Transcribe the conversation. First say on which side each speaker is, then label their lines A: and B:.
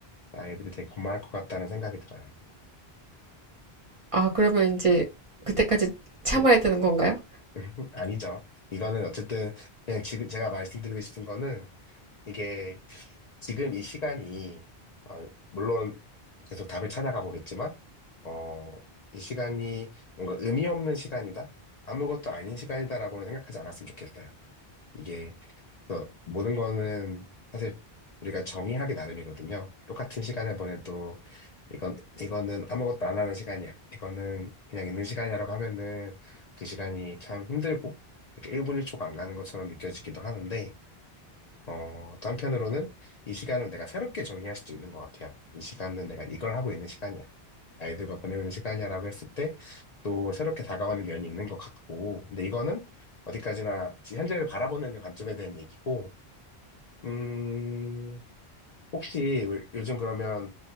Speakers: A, on the left; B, on the right.
A: 아이들이 되게 고마워할 것 같다는 생각이 들어요.
B: 아, 그러면 이제 그때까지 참아야
A: 음,
B: 되는 건가요?
A: <laughs> 아니죠. 이거는 어쨌든 그냥 지금 제가 말씀드리고 싶은 거는 이게 지금 이 시간이 어, 물론 계속 답을 찾아가 보겠지만 어, 이 시간이 뭔가 의미 없는 시간이다? 아무것도 아닌 시간이다라고는 생각하지 않았으면 좋겠어요. 이게 그래서 모든 거는 사실 우리가 정의하기 나름이거든요. 똑같은 시간을 보내도 이건 이거는 아무것도 안 하는 시간이야. 이거는 그냥 있는 시간이라고 하면은 그 시간이 참 힘들고 이렇게 1분 1초가 안 가는 것처럼 느껴지기도 하는데 어, 또 한편으로는 이 시간을 내가 새롭게 정의할 수도 있는 것 같아요. 이 시간은 내가 이걸 하고 있는 시간이야. 아이들과 보내는 시간이야라고 했을 때 또 새롭게 다가오는 면이 있는 것 같고 근데 이거는 어디까지나 현재를 바라보는 관점에 대한 얘기고 음, 혹시 요- 요즘 그러면